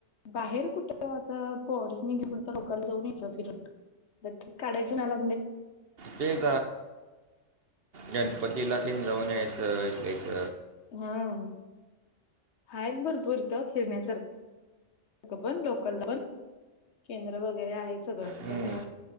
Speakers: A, on the left; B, on the right.
A: बाहेर कुठं असं पॉर्स घेवून लोकांला जाऊन यायचं फिरून काढायचं म्हणालो
B: तेच गणपतीला तेन जाऊन यायचं इथच
A: हा आहेता भरपूर त फिरण्यासारखा पण लोकल जावून केंद्र वगैरे आहे सगळं
B: हम्म.
A: पण